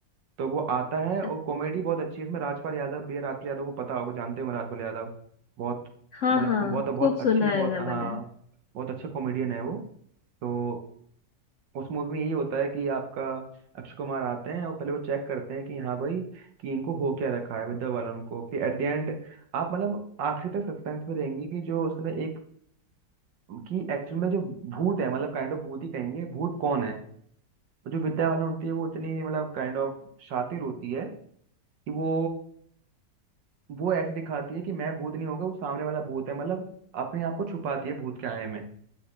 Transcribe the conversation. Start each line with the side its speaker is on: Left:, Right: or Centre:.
Right: तो वो आता है
Left: अ-
Right: और कॉमेडी बहुत अच्छी है इसमें राजपाल यादव भी है राजपाल यादव को पता होगा जानते होंगे राजपाल यादव बहुत
Left: हाँ
Right: मतलब
Left: हाँ
Right: को- बहुत बहुत
Left: खूब सुना
Right: अच्छे
Left: है
Right: बहुत
Left: ना
Right: हाँ
Left: मैंने
Right: बहुत अच्छे कॉमेडियन है वो तो उस मूवी में यही होता है कि आपका अक्षय कुमार आते हैं और पहले वो चेक करते हैं कि हाँ भाई कि इनको हो क्या रखा है विद्या बालन को फिर एट द एंड आप मतलब आखिरी तक सस्पेंस में रहेंगे कि जो उसने एक कि एक्चुअल में जो भूत है मतलब काइंड ऑफ भूत ही कहेंगे भूत कौन है तो जो विद्या बालन होती है वो इतनी मतलब काइंड ऑफ शातिर होती है कि वो वो ऐसे दिखाती है कि मैं भूत नहीं होगा वो सामने वाला भूत है मतलब अपने आप को छुपाती है भूत के आए में